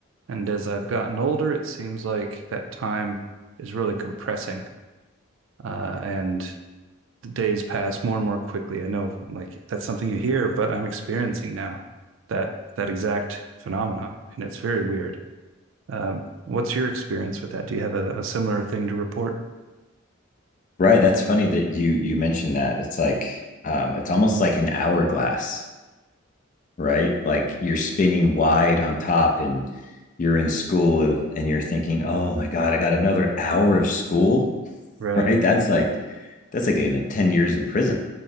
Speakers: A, on the right; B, on the left.
A: And as I've gotten older, it seems like that time is really compressing. Uh, and the days pass more and more quickly. I know like that's something you hear, but I'm experiencing now that that exact phenomenon, and it's very weird. Um, what's your experience with that? Do you have a, a similar thing to report?
B: Right. That's funny that you you mentioned that. It's like um it's almost like an hourglass, right? Like you're spinning wide on top and you're in school and you're thinking, "Oh my God, I got another hour of school." <laughs>
A: Right.
B: Right? That's like that's like in a 10 years in prison